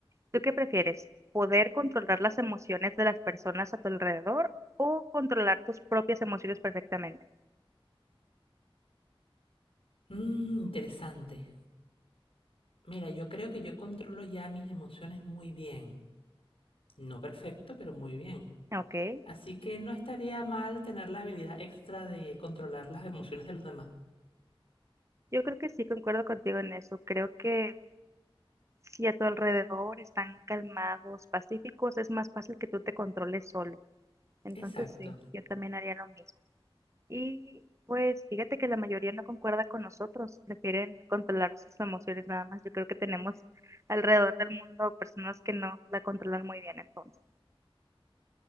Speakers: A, on the right; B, on the left.
A: ¿Tú qué prefieres? ¿Poder controlar las emociones de las personas a tu alrededor o controlar tus propias emociones perfectamente?
B: Mm, interesante. Mira, yo creo que yo controlo ya mis emociones muy bien. No perfecto, pero muy bien.
A: Ok,
B: Así que no estaría mal tener la habilidad extra de controlar las emociones de los demás.
A: yo creo que sí, concuerdo contigo en eso. Creo que si a tu alrededor están calmados, pacíficos, es más fácil que tú te controles solo. Entonces
B: Exacto.
A: sí, yo también haría lo mismo. Y pues fíjate que la mayoría no concuerda con nosotros, prefieren controlar sus emociones nada más. Yo creo que tenemos alrededor del mundo personas que no la controlan muy bien entonces.